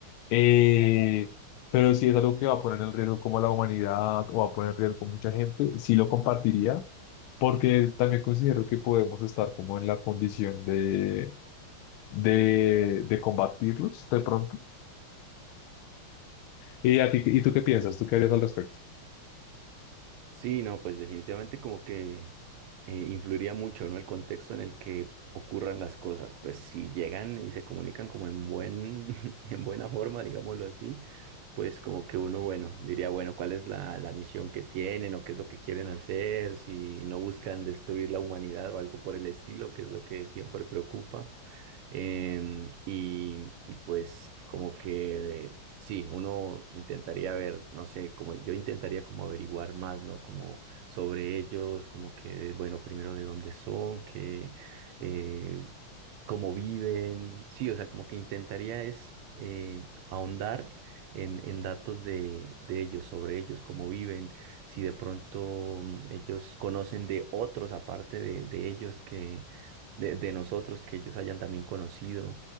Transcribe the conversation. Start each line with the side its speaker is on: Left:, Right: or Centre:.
Left: Eh, pero si es algo que va a poner en riesgo como la humanidad o va a poner en riesgo mucha gente, sí lo compartiría, porque también considero que podemos estar como en la condición de, de, de combatirlos de pronto. ¿Y, a ti- y tú qué piensas? ¿Tú qué harías al respecto?
Right: Sí, no, pues definitivamente como que eh, influiría mucho, ¿no? El contexto en el que ocurran las cosas. Pues si llegan y se comunican como en buen, <laughs> en buena forma, digámoslo así, pues como que uno, bueno, diría, bueno, ¿cuál es la, la misión que tienen o qué es lo que quieren hacer? Si no buscan destruir la humanidad o algo por el estilo, que es lo que siempre preocupa. Em, y, y pues como que sí, uno intentaría ver, no sé, como yo intentaría como averiguar más, ¿no? Como sobre ellos, como que, bueno, primero de dónde son, que eh, cómo viven, sí, o sea, como que intentaría es eh, ahondar en, en datos de, de ellos, sobre ellos, cómo viven, si de pronto mm, ellos conocen de otros aparte de, de ellos que, de, de nosotros, que ellos hayan también conocido,